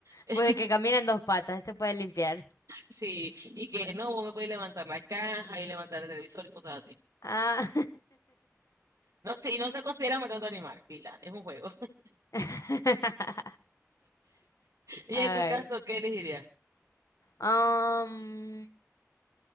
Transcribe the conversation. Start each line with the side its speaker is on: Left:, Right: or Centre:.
Right: <laughs>
Left: Vos de que camina en dos patas, se puede limpiar.
Right: Sí, y que no, vos me podés levantar la caja y levantar el televisor y cosas así.
Left: Ah.
Right: No sé, y no se considera maltrato animal, pila, es un juego. <laughs>
Left: <laughs>
Right: Y
Left: Ay.
Right: en tu caso, ¿qué elegirías?
Left: Am,